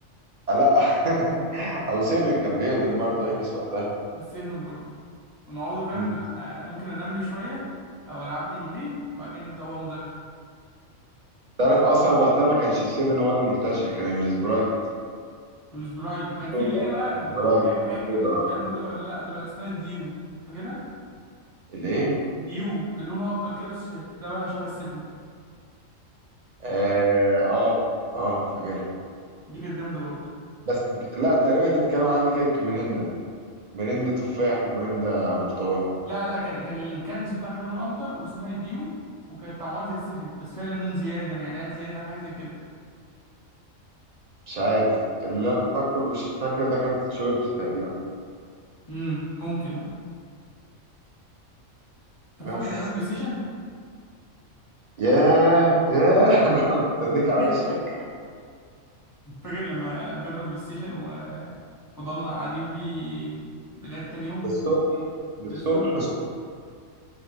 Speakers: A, on the right (about 50°); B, on the left (about 20°).
A: آه، لا <laughs> أو سيفن كان بيهضم برضه يحبس وقتها
B: والسيفن برضه ونقعدوا فاهم
A: مم.
B: نلع- آه، ممكن انام لي شويه او العب لي جيمين وبعد كده نبدا هو مذاكره
A: تعرف أصلا وقتها ما كانش السيفن هو اللي منتشر كان السبرايت
B: والسبرايت وكان في
A: سودا
B: اللي هي بقى
A: السبرايت
B: ب- حاجه حاجه
A: سودا
B: مش
A: أكتر
B: عارف موجوده ولا لا دلوقتي اسمها الديو فاكرها
A: الإيه؟
B: ديو كان لونها اخضر كده بس ش- شبه شبه السفن
A: آه آه آه فاكرها
B: دي كانت جامده برضه
A: بس لا تقريبا اللي اتكلموا عليها دي كانت ميريندا ميريندا تفاح وميريندا برتقال
B: لا لا كان كان الكنز بتاعها لونه اخضر واسمها ديو وكانت طعمها زي السفن بس فيها ليمون زياده نعناع زياده حاجه زي كده
A: مش عارف اللي أنا فاكره بالشكل ده كانت شويبس تقريبا
B: امم ممكن اه طب
A: بس
B: فاكر ايام البلاي ستيشن
A: ياه ياه <laughs> كنت اديك على
B: <laughs>
A: وشك
B: فاكر لما اجرنا بلاي ستيشن و- وفضلنا قاعدين بيه لغايه تاني يوم
A: الصبح الصبح
B: السوق
A: الصبح.